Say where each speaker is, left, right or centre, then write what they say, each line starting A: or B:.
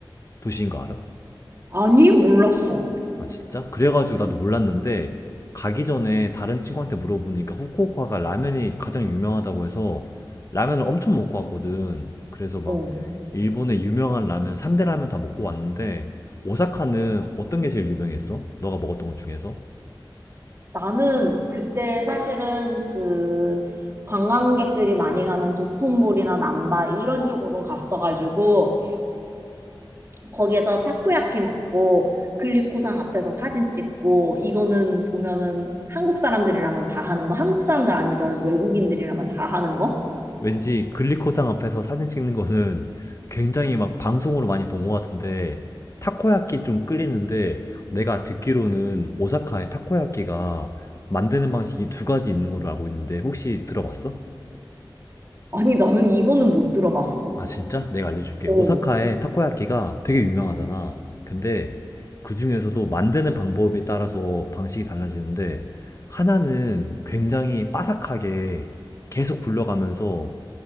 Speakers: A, on the left (about 35°); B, on the right (about 30°).
A: 도시인 거 알아?
B: 아니, 몰랐어.
A: 아, 진짜? 그래가지고 나도 몰랐는데, 가기 전에 다른 친구한테 물어보니까 후쿠오카가 라면이 가장 유명하다고 해서 라면을 엄청 먹고 왔거든. 그래서 막
B: 어.
A: 일본의 유명한 라면, 3대 라면 다 먹고 왔는데, 오사카는 어떤 게 제일 유명했어? 너가 먹었던 것 중에서?
B: 나는 그때 사실은 그 관광객들이 많이 가는 도톤보리나 남바 이런 쪽으로 갔어가지고 거기에서 타코야키 먹고 글리코상 앞에서 사진 찍고 이거는 보면은 한국 사람들이라면 다 하는 거 한국 사람들 아니더라도 외국인들이라면 다 하는 거?
A: 왠지 글리코상 앞에서 사진 찍는 거는 굉장히 막 방송으로 많이 본 것 같은데 타코야끼 좀 끌리는데 내가 듣기로는 오사카의 타코야끼가 만드는 방식이 두 가지 있는 걸로 알고 있는데 혹시 들어봤어?
B: 아니 나는 이거는 못 들어봤어.
A: 아 진짜? 내가 알려줄게.
B: 오,
A: 오사카의 타코야끼가 되게 유명하잖아. 근데 그 중에서도 만드는 방법에 따라서 방식이 달라지는데 하나는 굉장히 바삭하게 계속 굴려가면서